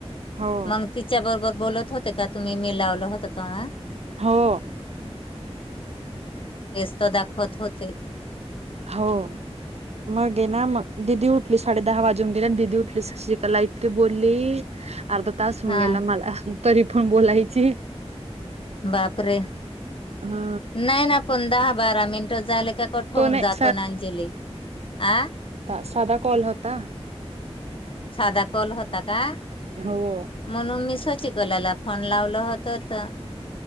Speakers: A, on the right; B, on the left.
A: हो
B: मंग तिच्या बरोबर बोलत होते का तुम्ही मी लावलं होत ते्हा
A: हो
B: तेस्त दाखवत होते.
A: हो मग ये ना मग दिीदी उठली साडे दहा वाजून गे ना दीदी उठली शशिकला इतकीे बोलली अर्धा तास होऊन
B: हा
A: गेला मला तरी पण बोलायची
B: बापरे
A: हा
B: नाही ना पण दहा बारा मिनट झाले. कट होऊन
A: तो नाही
B: जातो ना अंजली अं.
A: सादा कॉलता
B: साध कोल होता का
A: हो
B: म्हणून मी शशी कलाला फोन लावल होत तर